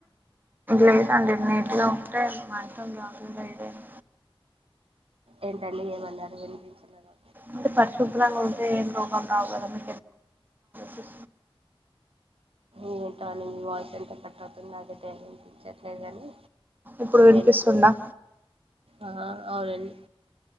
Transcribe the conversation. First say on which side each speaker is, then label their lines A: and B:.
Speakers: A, on the right; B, on the right.
A: లేదండి నీట్గా ఉంటే మంచం జాగ్రత్త ఏదైనా
B: ఏంటండి ఏమన్నారు వినిపించలేదు
A: అంటే పరిశుభ్రంగా ఉంటే ఏం రోగాలు రావు కదా అని చెప్పి
B: ఏంటో అండి మీ వాయిస్ ఎంత కట్ అవుతుంది నాకైతే ఏం వినిపించట్లేదు కానీ
A: ఇప్పుడు వినిపిస్తుందా
B: ఏంటి ఆ అవునండి